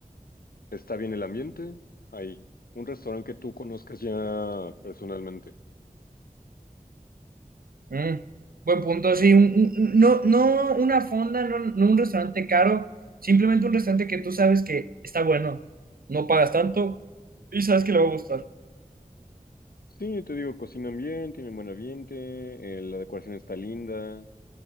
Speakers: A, on the left (about 80°); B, on the right (about 75°).
A: está bien el ambiente, ahí. Un restaurante que tú conozcas ya personalmente.
B: Mm, buen punto, sí, un- un- un- no, no una fonda, no, no un restaurante caro, simplemente un restaurante que tú sabes que está bueno, no pagas tanto y sabes que le va a gustar.
A: Sí, te digo, cocinan bien, tienen buen ambiente, eh, la decoración está linda,